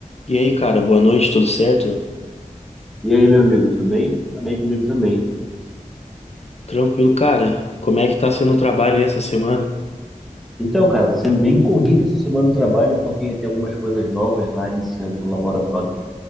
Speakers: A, on the left; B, in the centre.
A: E aí, cara, boa noite, tudo certo?
B: E aí, meu amigo, tudo bem? Tá bem comigo também.
A: Tranquilo, cara. Como é que tá sendo o trabalho aí essa semana?
B: Então, cara, tá sendo bem corrido essa semana no trabalho porque tem algumas coisas novas lá iniciando no laboratório.